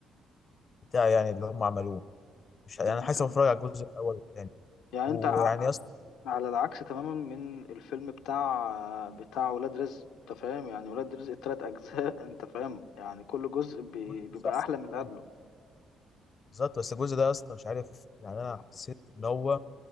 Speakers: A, on the left; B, on the left.
A: بتاع يعني اللي هم عملوه مش يعني
B: تمام
A: حاسس بتفرج على الجزء الاول والثاني
B: يعني
A: ويعني
B: انت ع-
A: يا اسطى
B: على العكس تماما من الفيلم بتاع بتاع ولاد رزق انت فاهم يعني ولاد رزق التلات اجزاء <laughs> انت فاهم يعني كل جزء بي-
A: كل
B: بيبقى
A: جزء احسن
B: احلى
A: من
B: من
A: الثاني
B: اللي قبله
A: بالظبط بس الجزء ده يا اسطى مش عارف يعني انا حسيت ان هو